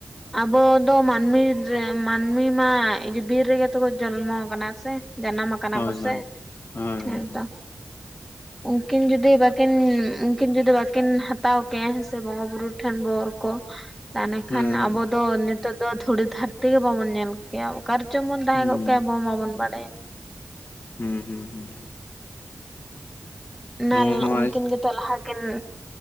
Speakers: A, in the centre; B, on the left (about 50°).
A: ᱟᱵᱚ ᱫᱚ ᱢᱟᱹᱱᱢᱤ ᱨᱮ ᱢᱟᱹᱱᱢᱤ ᱢᱟ ᱡᱩᱫᱤᱨ ᱨᱮᱜᱮ ᱛᱚᱵᱚ ᱡᱚᱱᱢᱚ ᱟᱠᱟᱱᱟ ᱥᱮ ᱡᱟᱱᱟᱢ ᱟᱠ- ᱠᱟᱱᱟ
B: ᱦᱳᱭ
A: ᱠᱚ
B: ᱦᱳᱭ
A: ᱥᱮ
B: ᱦᱳᱭ ᱦᱳᱭ
A: ᱦᱮᱸᱱ ᱛᱚ᱾ ᱩᱸᱠᱤᱱ ᱡᱩᱫᱤ ᱵᱟᱹᱠᱤᱱ, ᱩᱸᱠᱤᱱ ᱡᱩᱫᱤ ᱵᱟᱹᱠᱤᱱ ᱦᱟᱛᱟᱣ ᱠᱮᱭᱟ ᱦᱮᱸ ᱥᱮ ᱵᱚᱸᱜᱟ ᱵᱩᱨᱩ ᱴᱷᱮᱱ ᱵᱳᱨ ᱠᱚ ᱫᱟ ᱮᱱᱮᱠᱷᱟᱱ
B: ᱦᱮᱸ
A: ᱟᱵᱚ ᱫᱚ ᱱᱤᱛᱳᱜ ᱫᱚ ᱫᱷᱩᱲᱤ ᱫᱷᱟᱹᱨᱛᱤ ᱜᱮ ᱵᱟᱵᱚᱱ ᱧᱮᱞ ᱠᱮᱭᱟ, ᱚᱠᱟᱨᱮ ᱪᱚᱝ ᱵᱚᱱ ᱛᱟᱦᱮᱸ
B: ᱦᱩᱸ
A: ᱠᱚᱜ ᱠᱮᱭᱟ, ᱟᱵᱚ ᱦᱚᱸ ᱢᱟᱵᱚᱱ ᱵᱟᱰᱟᱭᱟ᱾
B: ᱦᱩᱸ ᱦᱩᱸ ᱦᱩᱸ,
A: ᱱᱟᱞ
B: ᱡᱮᱢᱚᱱ ᱦᱚᱸᱜᱼᱚᱭ
A: ᱩᱸᱠᱤᱱ ᱜᱮᱛᱚ ᱞᱟᱦᱟᱠᱤᱱ